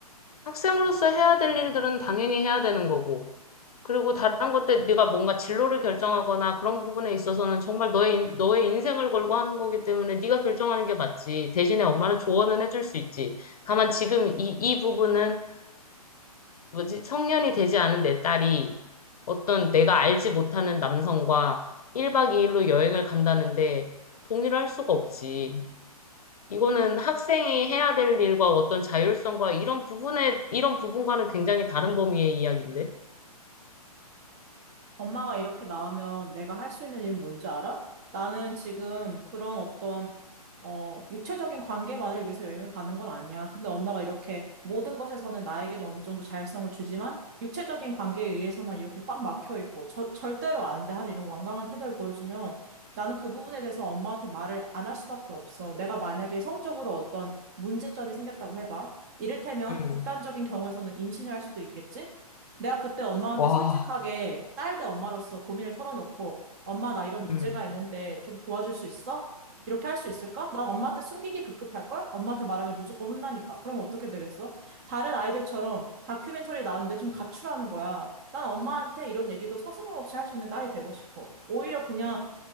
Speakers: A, on the left; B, on the right.
A: 학생으로서 해야 될 일들은 당연히 해야 되는 거고. 그리고 다른 것 때 네가 뭔가 진로를 결정하거나 그런 부분에 있어서는 정말 너의 인- 너의 인생을 걸고 하는 거기 때문에 네가 결정하는 게 맞지. 대신에 엄마는 조언은 해줄 수 있지. 다만 지금 이, 이 부분은 뭐지? 성년이 되지 않은 내 딸이 어떤 내가 알지 못하는 남성과 1박 2일로 여행을 간다는데 동의를 할 수가 없지. 이거는 학생이 해야 될 일과 어떤 자율성과 이런 부분에 이런 부분과는 굉장히 다른 범위의 이야기인데.
B: 엄마가 이렇게 나오면 내가 할 수 있는 일은 뭔지 알아? 나는 지금 그런 어떤 어, 육체적인 관계만을 위해서 여행을 가는 건 아니야. 근데 엄마가 이렇게 모든 것에서는 나에게도 어느 정도 자율성을 주지만 육체적인 관계에 의해서만 이렇게 꽉 막혀 있고 저, 절대로 안 돼 하는 이런 완강한 태도를 보여주면 나는 그 부분에 대해서 엄마한테 말을 안 할 수밖에 없어. 내가 만약에 성적으로 어떤 문제점이 생겼다고 해봐. 이를테면
A: 음.
B: 극단적인 경우에서는 임신을 할 수도 있겠지? 내가 그때 엄마한테
A: 와.
B: 솔직하게 딸 대 엄마로서 고민을 털어놓고 엄마 나 이런
A: 음.
B: 문제가 있는데 좀 도와줄 수 있어? 이렇게 할 수 있을까? 난 엄마한테 숨기기 급급할걸? 엄마한테 말하면 무조건 혼나니까. 그럼 어떻게 되겠어? 다른 아이들처럼 다큐멘터리 나오는데 좀 가출하는 거야. 난 엄마한테 이런 얘기도 서슴없이 할 수 있는 딸이 되고 싶어. 오히려 그냥